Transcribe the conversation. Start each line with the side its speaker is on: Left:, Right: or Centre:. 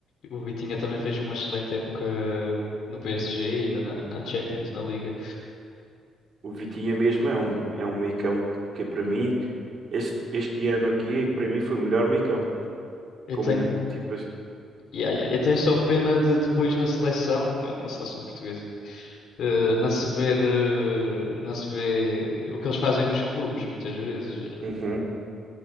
Left: O Vitinha também fez uma excelente época no PSG e na, na na Champions, na Liga.
Right: O Vitinha mesmo é um, é um meio-campo que para mim, este, este ano aqui, para mim foi o melhor meio-campo.
Left: Eu
Right: Como
Left: tenho,
Right: tipo assim.
Left: yeah, yeah, eu tenho só pena de depois na seleção, na, na seleção portuguesa, eh, não se ver, eh, não se vê o que eles fazem nos clubes, muitas vezes.
Right: Uhum.